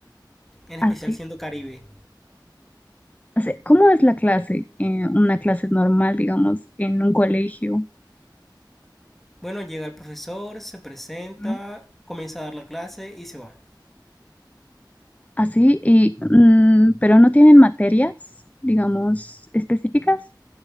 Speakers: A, in the centre; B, on the left.
A: en
B: Así
A: especial siendo Caribe.
B: O sea, ¿cómo es la clase? eh, una clase normal, digamos, en un colegio,
A: Bueno, llega el profesor, se presenta,
B: ¿no?
A: comienza a dar la clase y se va.
B: Así, y, mm, pero no tienen materias, digamos, específicas.